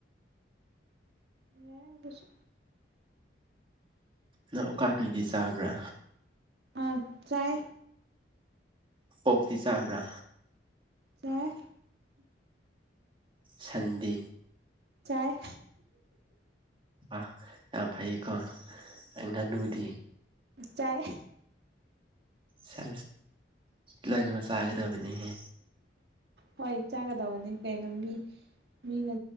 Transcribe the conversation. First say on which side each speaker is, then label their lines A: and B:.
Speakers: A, on the right; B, on the right.
A: ꯌꯥꯏ ꯑꯗꯨꯁꯨ
B: ꯅꯪ ꯎꯀꯥꯄꯤꯗꯤ ꯆꯥꯕ꯭ꯔꯥ
A: ꯑꯥ ꯆꯥꯏ
B: ꯑꯣꯛꯇꯤ ꯆꯥꯕ꯭ꯔꯥ
A: ꯆꯥꯏ
B: ꯁꯟꯗꯤ
A: ꯆꯥꯏ
B: ꯋꯥ ꯌꯥꯝ ꯐꯩꯌꯦꯀꯣ ꯑꯩ ꯉꯥꯅꯨꯗꯤ
A: ꯆꯥꯏ
B: ꯁꯥ ꯂꯣꯏꯃꯛ ꯆꯥꯒꯗꯕꯅꯦꯍꯦ
A: ꯍꯣꯏ ꯆꯥꯒꯗꯧꯕꯅꯦ ꯀꯩꯅꯣ ꯃꯤ ꯃꯤꯅ